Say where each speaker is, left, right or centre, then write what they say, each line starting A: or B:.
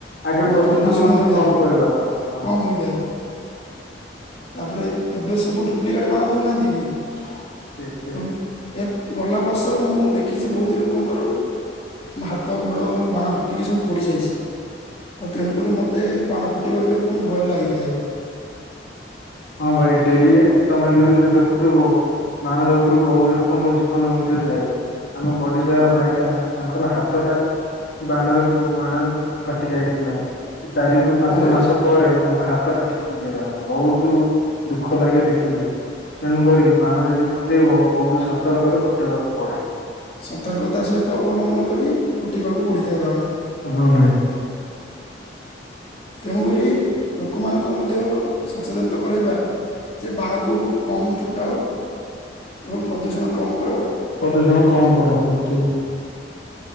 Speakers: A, on the left; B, on the left.
A: ଆଗେ
B: ବହୁତ
A: ପ୍ରଦୂଷଣ ମଧ୍ୟ
B: ହୋଇଥାଏ
A: କମ କରିବାର ହ
B: କମ ହୋଇଥାଏ ତାପରେ ଏବେ ସବୁ ଡୁପ୍ଲିକେଟ ବାଣ ଦଉନାହାନ୍ତି କି?
A: ଠିକ ଠିକ।
B: ତ ଏ ଗଲା ବର୍ଷ ମୁଁ ଦେଖିଛି ବହୁତ ଲୋକଙ୍କର ହାତ ଗୋଡ ବାଣ ଫୁଟିକି ସବୁ ପୋଡିଯାଇଛି। ତେଣୁକରି ମୋତେ ବାଣ ଫୁଟିବବେ ପୁଣି ଭୟ ଲାଗିଥାଏ ବି
A: ହଁ ଭାଇ ଡେଲି ତମେ ନ୍ୟୁଜରେ ଦେଖୁଥିବ? ବାଣ ଯୋଗୁରୁ ବହୁତ ଲୋକଙ୍କ ଜୀବନ ମଧ୍ୟ ଯାଏ ଆମ ପଡିଶାର
B: ହଁ
A: ଭାଇଟା ତାଙ୍କର ହାତଟା ବାଣରେ ବାଣରେ ଫାଟି ଯାଇଥିଲା। ଚାରି ରୁ ପାଞ୍ଚ
B: ଆରେ
A: ମାସ ପରେ ତାଙ୍କ ହାତ ଟା ଠିକ ହେଇଗଲା ବହୁତ ତୁ ଦୁଃଖ ଲାଗେ ଦେଖିଲେ। ତେଣୁକରି ବାଣ ଯଦି ଫୁଟାଇବ ବହୁତ ସତର୍କରେ ଫୁଟାଇବାକୁ ପଡ଼େ।
B: ସତର୍କତା ସହିତ ଅବଲମ୍ବନ କରି ଫୁଟେଇବାକୁ ପଡିଥାଏ ବାଣ।
A: ହଁ ଭାଇ।
B: ତେଣୁକ ଲୋକମାନଙ୍କୁ କୁ ମଧ୍ୟ ସଚେତନତା କରାଇବା ଯେ ବାଣକୁ କମ ଫୁଟାଅ। ଏବଂ ପ୍ରଦୂଷଣ କମ୍ କର।
A: ପ୍ରଦୂଷଣ କାମ
B: ଏ-
A: କର ଭାଇ ଠିକ।